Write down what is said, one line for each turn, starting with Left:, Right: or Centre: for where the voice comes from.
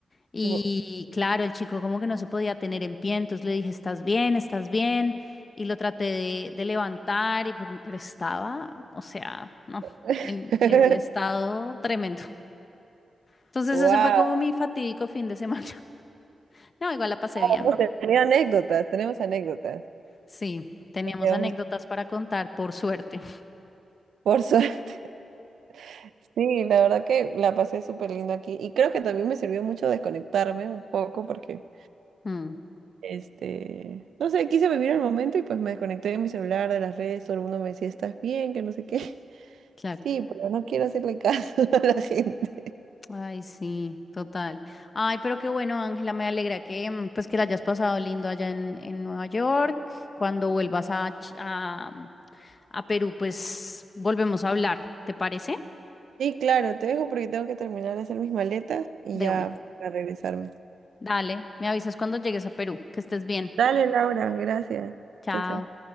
Left: Y
Right: Wow.
Left: claro, el chico como que no se podía tener en pie, entonces le dije, ¿estás bien? ¿Estás bien? Y lo traté de, de levantar, y, pero, pero estaba, o sea, no,
Right: <laughs>
Left: en, en un estado tremendo. Entonces
Right: Wow.
Left: ese fue como mi fatídico fin de semana. <laughs> No, igual la pasé
Right: Vamos
Left: bien.
Right: a tener anécdotas, tenemos anécdotas.
Left: Sí, teníamos
Right: Digamos,
Left: anécdotas para contar, por suerte.
Right: por suerte. <laughs> Sí, la verdad que la pasé súper lindo aquí. Y creo que también me sirvió mucho desconectarme un poco porque,
Left: Mm,
Right: este, no sé, quise vivir el momento y pues me desconecté de mi celular, de las redes, todo el mundo me decía, ¿estás bien? Que no sé qué.
Left: claro.
Right: Sí, pero no quiero hacerle caso <laughs> a la gente.
Left: Ay, sí, total. Ay, pero qué bueno, Ángela, me alegra que mm, pues que la hayas pasado lindo allá en, en Nueva York. Cuando vuelvas a, Ch- a, mm, a Perú, pues volvemos a hablar, ¿te parece?
Right: Sí, claro, te dejo porque tengo que terminar de hacer mis maletas y
Left: De
Right: ya
Left: una.
Right: para regresarme.
Left: Dale, me avisas cuando llegues a Perú, que estés bien.
Right: Dale, Laura, gracias.
Left: Chao.
Right: Chao, chao.